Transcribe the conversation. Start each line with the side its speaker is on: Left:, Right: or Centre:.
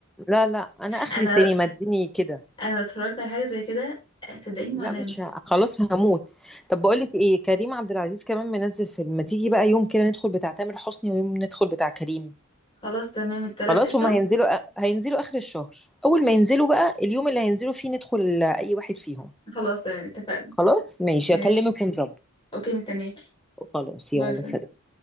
Centre: لا لا انا اخري
Left: انا
Centre: سينما اديني كده
Left: انا اتفرجت على حاجه زي كده آه، صدقيني ما
Centre: لا
Left: انام
Centre: مش ه- خلاص هموت طب بقول لك ايه كريم عبد العزيز كمان منزل فيلم ما تيجي بقى يوم كده ندخل بتاع تامر حسني ويوم ندخل بتاع كريم
Left: خلاص تمام التلات
Centre: خلاص
Left: قشطه
Centre: هما هينزلوا هينزلوا اخر الشهر اول ما ينزلوا بقى اليوم اللي هينزلوا فيه ندخل اي واحد فيهم
Left: خلاص تمام اتفقنا
Centre: خلاص ماشي
Left: ماشي
Centre: اكلمك ونظبط
Left: اوكي مستنياكي
Centre: خلاص
Left: باي
Centre: يلا
Left: باي
Centre: سلام